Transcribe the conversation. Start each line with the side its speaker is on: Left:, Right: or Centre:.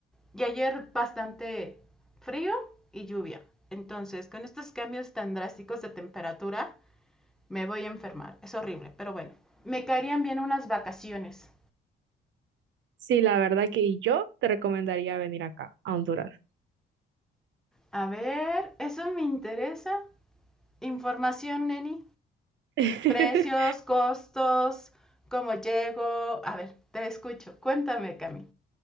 Centre: y ayer bastante frío y lluvia. Entonces, con estos cambios tan drásticos de temperatura, me voy a enfermar. Es horrible, pero bueno, me caerían bien unas vacaciones.
Right: Sí, la verdad que y yo te recomendaría venir acá, a Honduras.
Centre: A ver, eso me interesa. Información, Neni.
Right: <laughs>
Centre: Precios, costos, cómo llego. A ver, te escucho. Cuéntame, Cami.